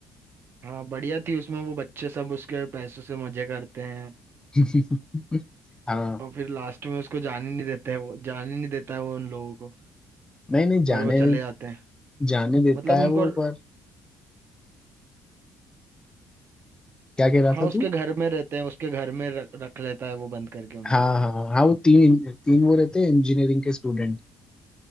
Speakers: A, on the right; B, on the left.
A: हाँ बढ़िया थी उसमें वो बच्चे सब उसके पैसों से मजे करते हैं
B: थी <laughs> हाँ
A: और फिर लास्ट में उसको जाने नहीं देते हैं वो जाने नहीं देता है वो उन लोगों को
B: नहीं नहीं
A: पर
B: जाने
A: वो चले जाते हैं
B: जाने देता
A: मतलब उनको
B: है वो पर क्या कह रहा
A: हाँ
B: था
A: उसके
B: तू
A: घर में रहते हैं उसके घर में रख, रख लेता है वो बंद करके उनको
B: हाँ हाँ हाँ हाँ, वो तीन तीन वो रहते हैं इंजीनियरिंग के स्टूडेंट